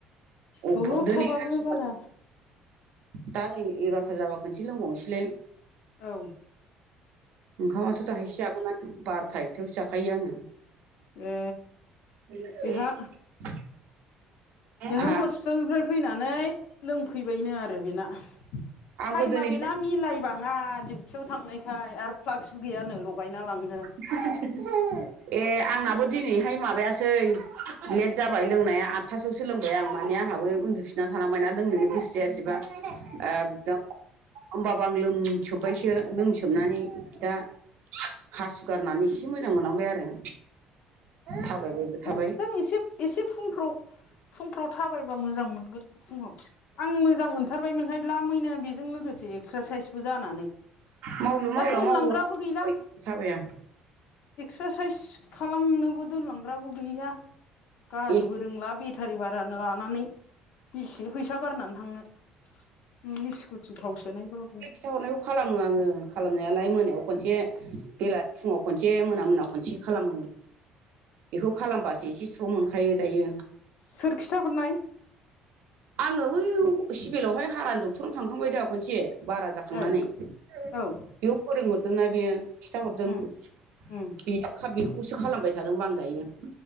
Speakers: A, on the right (about 70°); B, on the left (about 70°).
A: अफ
B: दलद
A: दोनैसि
B: थाबाबो
A: हासु
B: बारा
A: दा नै एगार'था जाबा खनसे लोंबावनोसैलाय।
B: औ।
A: ओंखामाथ' दाहायसो जागोन आं बारथा एथायावसो जाखायो आङो।
B: ए।
A: <inaudible>
B: बेहा बेहा
A: हा
B: हस्पिटालनिफ्राय फैनानै लोंफैबायनो आरो बेना
A: आंबो
B: टाइमा
A: दिनै
B: बेना मिलायबाङा डिउटियाव थांनायखाय आरो फ्लाक्सबो गैयानो लगायना लांनो।
A: ए आंनाबो दिनैहाय माबायासै। लेट जाबाय लोंनाया आदथासोसो लोंबाय आं माने आंहाबो उन्दुफिनना थानांबायना लोंनोनो गोसो जायासैबा एकदम होमबाबो आं लोंसोबबायसो लोंसोब सोबनानै दा हासु गारनानै एसे मोजां मोनलांबाय आरो। थाबायबायबो थाबाय।
B: एकदम एसे एसे फुंफ्राव-फुंफ्राव थाबायबा मोजां मोनगोन फुङाव आं मोजां मो थारबायमोनहाय लामैनो बेजों लोगोसे एक्सारसाइसबो जानानै
A: मावलु मावला
B: दा दोनलांग्राबो
A: मावो
B: गैला।
A: थाबाया
B: एक्सारसाइस खालामनोबो दोनलांग्राबो गैया। गारिबो
A: ए
B: रोंला बेटारि बारानो लानानै बेसे फैसा गारनानै थांनो। ननि सकुटि थावसोनाय बावरो।
A: खिथा हरनायखौ खालामो आङो खालामनायालाय मोनायाव खनसे बेला फुङाव खनसे मोना-मोना खनसे। खालामो बेखौ खालामबासो एसे स्र' मोनखायो दायो।
B: सोर खिथा हरनाय?
A: आङो बै सिभिलावहाय हारानि डक्टराव थांखांबाय दा खनसे। बारा जाखांनानै
B: औ
A: बेयाव
B: औ
A: फोरोंहरदोंना बेयो। खिन्थाहरदों
B: उम
A: बेजों
B: उम
A: बेखौसो खालामबाय थादोंबा आं दायो।